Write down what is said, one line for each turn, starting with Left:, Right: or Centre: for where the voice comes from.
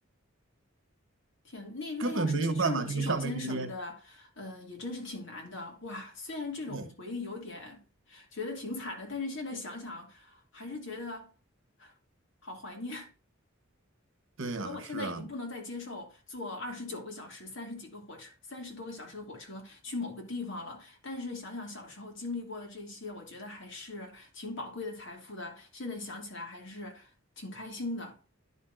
Left: 天，那那要是去上个洗手间什么的，
Right: 根本没有办法去上卫生间。
Left: 呃，也真是挺难的。哇，虽然这种回忆有点觉得挺惨的，
Right: 对，
Left: 但是现在想想，还是觉得好怀念。
Right: 对呀、
Left: 可能我现在已经不能再接受坐二十九个小时、
Right: 是啊，
Left: 三十几个火车、三十多个小时的火车去某个地方了。但是想想小时候经历过的这些，我觉得还是挺宝贵的财富的。现在想起来还是挺开心的。